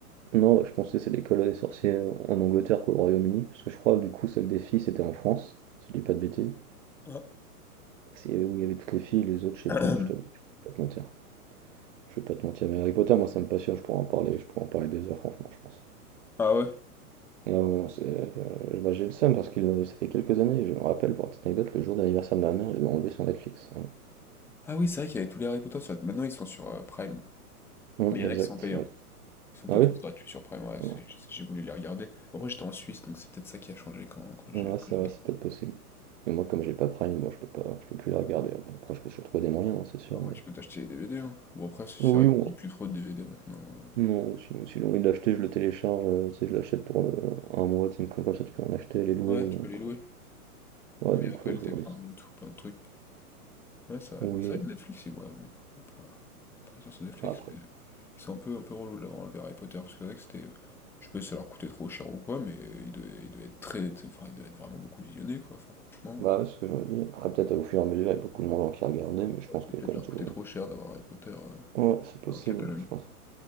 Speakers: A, on the right (about 55°); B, in the centre.
A: Non, je pensais que c'est l'école des sorciers en Angleterre qu'au Royaume-Uni, parce que je crois du coup celle des filles c'était en France, si je dis pas de bêtises.
B: Ah,
A: C'est où il y avait toutes les filles, les autres je sais
B: <coughs>
A: plus, je t'avoue,
B: <clears throat>
A: je vais pas te mentir. Je vais pas te mentir, mais Harry Potter moi ça me passionne, je pourrais en parler, je pourrais en parler des heures franchement je pense.
B: Ah ouais.
A: Non, non, non, c'est, euh, bah, j'ai le seum parce que ça fait quelques années, je me rappelle pour une petite anecdote, le jour d'anniversaire de ma mère, ils l'ont enlevé sur Netflix. Voilà.
B: Ah oui, c'est vrai qu'il y avait tous les Harry Potter sur... Maintenant, ils sont sur euh, Prime.
A: Hum,
B: Mais il
A: exact.
B: y en a qui sont payants.
A: ouais.
B: Ils sont
A: Ah
B: pas
A: oui?
B: tous gratuits sur Prime, ouais,
A: Non.
B: c'est- j'ai voulu les regarder. Mais après, j'étais en Suisse, donc c'est peut-être ça qui a changé quand, quand j'ai
A: Ouais, c'est
B: quand j'ai
A: vrai,
B: regardé.
A: c'est peut-être possible. Mais moi comme j'ai pas Prime, bon je peux pas, je peux plus la regarder. Bon, après je peux toujours trouver des moyens, hein, c'est sûr,
B: Après,
A: mais.
B: tu peux t'acheter les DVD, hein. Bon, après, c'est c'est
A: Oui,
B: vrai qu'on
A: on
B: dit plus trop de DVD maintenant. euh.
A: Non, sinon, si j'ai envie de l'acheter, je le télécharge, heu, tu sais, je l'achète pour, heu, 1 mois, tu sais, une con comme ça, tu peux en acheter, les louer,
B: Ouais,
A: donc
B: tu peux les louer.
A: euh, ouais,
B: Il
A: donc
B: y a Apple
A: faut que je
B: TV,
A: vois, mais c'est-
B: enfin, il y a tout, plein de trucs. Ouais, c'est vrai.
A: oui,
B: Mais c'est vrai
A: euh,
B: que Netflix, ils- ouais, bon, on va pas partir sur Netflix,
A: après
B: mais ils sont un peu, un peu relous de l'avoir enlevé Harry Potter, parce que c'est vrai que c'était... Je sais pas si ça leur coûtait trop cher ou quoi, mais ils devaient, ils devaient être très... Enfin, ils devaient être vraiment beaucoup visionnés, quoi. Enfin, franchement,
A: bah, ouais, c'est ce que je me dis, après peut-être au fur et à mesure, il y a beaucoup de gens qui regardaient, mais je
B: ouais,
A: pense
B: c'est
A: qu'il
B: peut-être
A: y a quand même
B: leur
A: toujours
B: coûter trop
A: une
B: cher d'avoir Harry Potter euh,
A: ouais, c'est possible,
B: dans leur catalogue.
A: je pense.